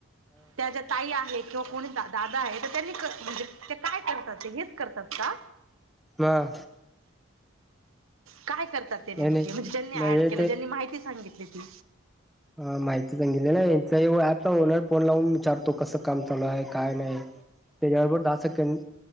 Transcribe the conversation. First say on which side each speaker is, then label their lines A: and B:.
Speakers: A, on the right (about 90°); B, in the centre.
A: त्या जा ताई आहेत. किंवा कोणी दादा आहे तर त्यांनी म्हणजे ते काय करतात हेच करतात का.
B: हा
A: काय करतात ते नेमके
B: नाही नाही
A: म्हणजे ज्यांनी
B: म्हणजे
A: ऍड केलं ज्यांनी माहिती सांगितली ती.
B: ह माहिती सांगितली ना ऍपचा ओनर फोन लावून विचारतो कस काम चालू आहे काय नाही त्याच्याबरोबर दहा सेकंड